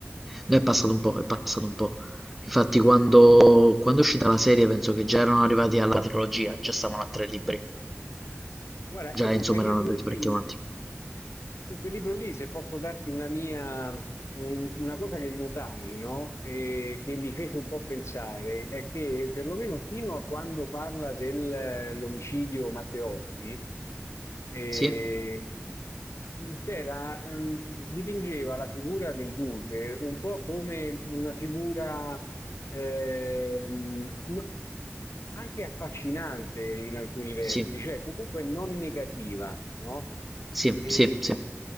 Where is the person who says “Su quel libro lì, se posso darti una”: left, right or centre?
Left